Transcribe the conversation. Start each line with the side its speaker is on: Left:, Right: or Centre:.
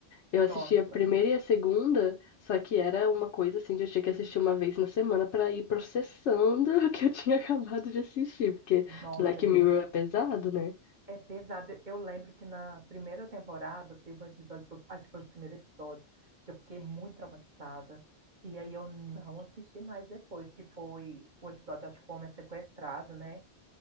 Left: Eu assisti
Right: Nossa,
Left: a primeira e a segunda, só que era uma coisa assim de eu tinha que assistir uma vez na semana pra ir processando <laughs> o que eu tinha acabado de assistir, porque
Right: nossa,
Left: Black
Right: gente.
Left: Mirror é pesado, né?
Right: É pesado. Eu lembro que na primeira temporada teve um episódio, que eu, acho que foi o primeiro episódio, que eu fiquei muito traumatizada. E aí eu não assisti mais depois, que foi o episódio, acho que o homem é sequestrado, né?